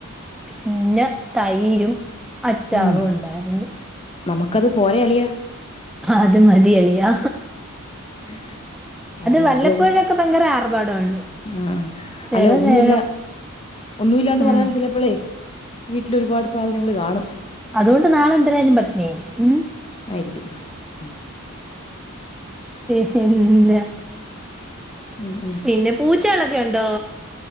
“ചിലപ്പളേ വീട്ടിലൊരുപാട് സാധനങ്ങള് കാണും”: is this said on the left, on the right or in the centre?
Left